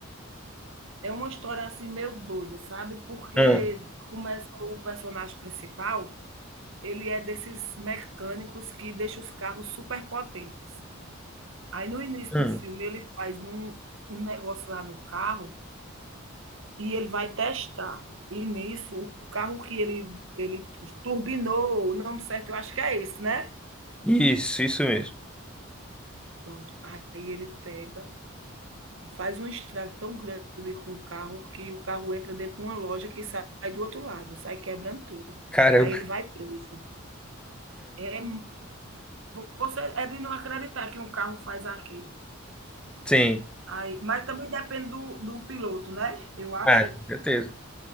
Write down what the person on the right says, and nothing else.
É uma história assim meio doida, sabe? Porque
começa o personagem principal, ele é desses mecânicos que deixa os carros super potentes. Aí no início
do filme ele faz um, um negócio lá no carro e ele vai testar. E nisso, o carro que ele, ele turbinou, o nome certo eu acho que é esse, né?
Pronto. Aí ele pega Faz um estrago tão grande com o carro que o carro entra dentro de uma loja que sai do outro lado, sai quebrando tudo.
Aí ele vai preso. É, você é de não acreditar que um carro faz aquilo.
Aí, mas também depende do, do piloto, né? Eu acho.